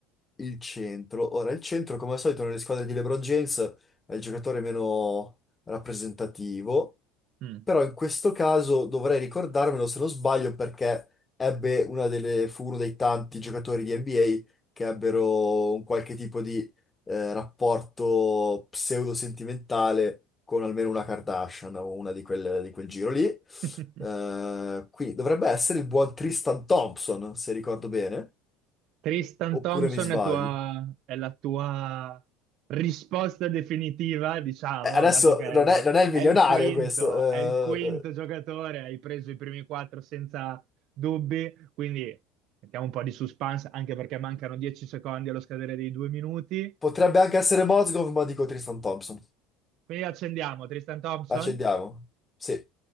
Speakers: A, on the left; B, on the right.
A: il centro. Ora, il centro, come al solito, nelle squadre di LeBron James è il giocatore meno rappresentativo.
B: Mm.
A: Però in questo caso dovrei ricordarmelo se non sbaglio perché ebbe una delle, fu uno dei tanti giocatori di NBA che ebbero un qualche tipo di eh, rapporto pseudo-sentimentale con almeno una Kardashian o una di quel, di quel giro lì. Eh,
B: <laughs>
A: quindi dovrebbe essere il buon Tristan Thompson, se ricordo bene,
B: Tristan
A: oppure
B: Thompson
A: mi sbaglio.
B: è, tua- è la tua risposta definitiva, diciamo,
A: Eh, adesso
B: dato che è
A: non
B: il,
A: è, non è il
B: è
A: milionario
B: il quinto,
A: questo,
B: è il quinto
A: eh, eh,
B: giocatore, hai preso i primi quattro senza dubbi, quindi mettiamo un po' di suspense, anche perché mancano 10 secondi allo scadere dei due minuti.
A: potrebbe anche essere Mozgov, ma dico Tristan Thompson.
B: Qui accendiamo Tristan Thompson.
A: Accendiamo. Sì.